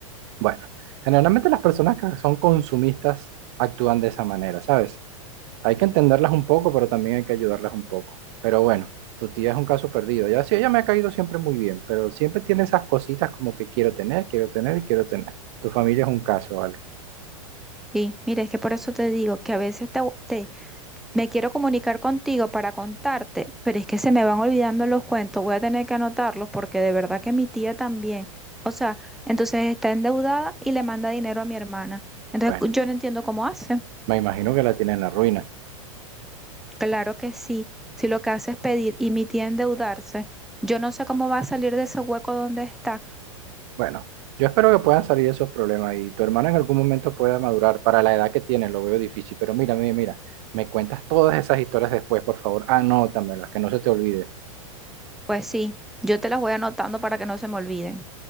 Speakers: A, on the right; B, in the centre.
A: Bueno, generalmente las personas que son consumistas actúan de esa manera, ¿sabes? Hay que entenderlas un poco, pero también hay que ayudarlas un poco. Pero bueno, tu tía es un caso perdido. Ya sí, ella me ha caído siempre muy bien, pero siempre tiene esas cositas como que quiero tener, quiero tener y quiero tener. Tu familia es un caso, ¿vale?
B: Sí, mira, es que por eso te digo que a veces te, te- me quiero comunicar contigo para contarte, pero es que se me van olvidando los cuentos, voy a tener que anotarlos porque de verdad que mi tía también, o sea, entonces está endeudada y le manda dinero a mi hermana. Entonces
A: Bueno,
B: cu- yo no entiendo cómo hace.
A: me imagino que la tiene en la ruina.
B: Claro que sí, si lo que hace es pedir y mi tía endeudarse, yo no sé cómo va a salir de ese hueco donde está.
A: Bueno, yo espero que puedan salir de esos problemas y tu hermano en algún momento pueda madurar. Para la edad que tiene, lo veo difícil, pero mira, mira, mira, me cuentas todas esas historias después, por favor. Anótamelas, que no se te olvide.
B: Pues sí, yo te las voy anotando para que no se me olviden.